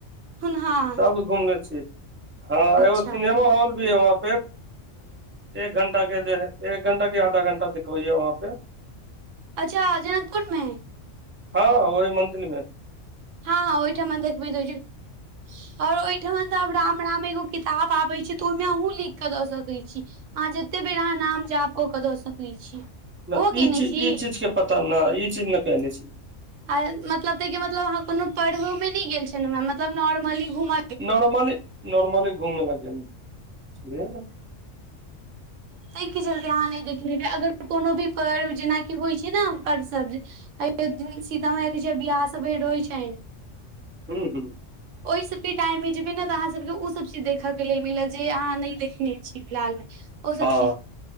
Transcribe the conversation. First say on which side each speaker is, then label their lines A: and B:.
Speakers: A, on the right; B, on the right.
A: हुन हँ
B: सब घुमले छी हँ
A: अच्छा
B: एगो सिनेमा हॉल भी है वहाँ पे एक घंटा के एक घंटा के आधा घंटा दिखबैयए वहाँ पे
A: अच्छा जनकपुरमे
B: हँ ओहि मंदीलीमे
A: हँ हँ ओहिठामे देखबैत रहै छै आओर ओहिठुमा आब राम राम एगो किताब आबे छै तऽ ओहिमें अहुं लिखके दऽ सकैत छी अहाँ जतेक बेर अहाँ नाम जाप कऽ कऽ दऽ सकैत छी
B: नहि
A: ओहो केने
B: ई चीज
A: छी
B: ई चीज के पता नहि ई चीज ने कने छै
A: आ मतलब तइके मतलब अहाँ कोनो पर्वोमे नइ गेल छलहुँ मतलब नॉर्मली घुम
B: नॉर्मली नॉर्मली घूमै ल गेल छलिए न
A: ताहिके चलते अहाँ नहि देखने हेबै अगर कोनो भी पर्व जेनाकि होइ छै ने हम पर्व सब अयोध्या सीतामाय के छै बियाह सभ होइत छनि
B: हूंम्म हूंम्म
A: ओइ सबके टाइममे जेबै ने तऽ अहाँसबके ओसब चीज देखयके लेल मिलत जे अहाँ नइ देखने छी फिलहालमे ओ
B: हँ
A: सब चीज